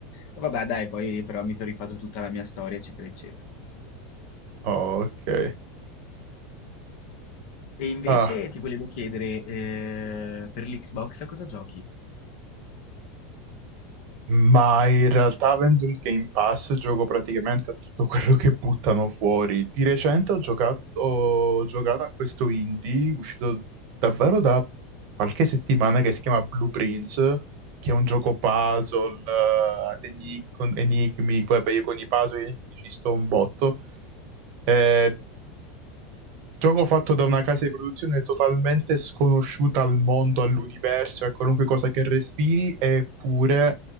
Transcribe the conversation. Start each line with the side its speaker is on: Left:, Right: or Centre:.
Left: E Vabbè, dai, poi però mi sono rifatto tutta la mia storia, eccetera, eccetera.
Right: Oh, ok.
Left: E invece
Right: Ah.
Left: ti volevo chiedere, eh, per l'Xbox a cosa giochi?
Right: Ma in realtà avendo il Game Pass gioco praticamente a tutto quello che buttano fuori. Di recente ho giocato, ho giocato a questo indie uscito davvero da qualche settimana che si chiama Blue Prince, che è un gioco puzzle, eh, ad enigmi, con enigmi, poi vabbè, io con i puzzle e gli enigmi ci sto un botto. Eh, Gioco fatto da una casa di produzione totalmente sconosciuta al mondo, all'universo, a qualunque cosa che respiri, eppure